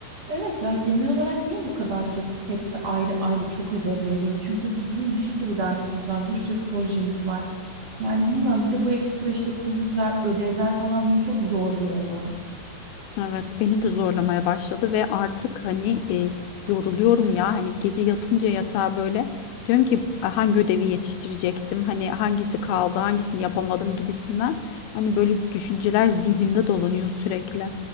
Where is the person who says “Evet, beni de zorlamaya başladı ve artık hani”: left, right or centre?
Left